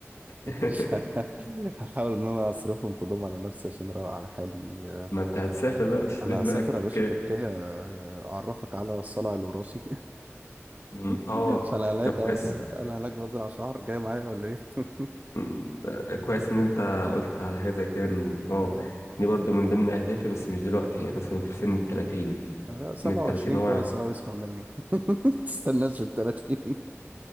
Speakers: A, on the left; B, on the right.
A: <laughs>
B: مش هحاول ان انا اصرفهم كلهم على نفسي عشان اروق على حالي آه،
A: ما أنت هتسافر بقى وتشتري
B: انا
A: دماغك
B: هسافر يا
A: تركيا
B: باشا تركيا آه، اعرفك على الصلع الوراثي
A: مم. اه
B: <laughs> فانا هناك
A: طب كويس
B: آه، انا هناك بزرع شعر جاي معايا ولا ايه؟ <laughs>
A: م- كويس ان انت قلت على حاجه زي كده إن- اه
B: لا
A: دي برضو من ضمن اهدافي بس مش دلوقتي يعني مثلا في سن ال 30
B: لا، 27
A: من ال 30 هو
B: كويس
A: يعني
B: قوي اسمع مني <laughs> ما تستناش لل 30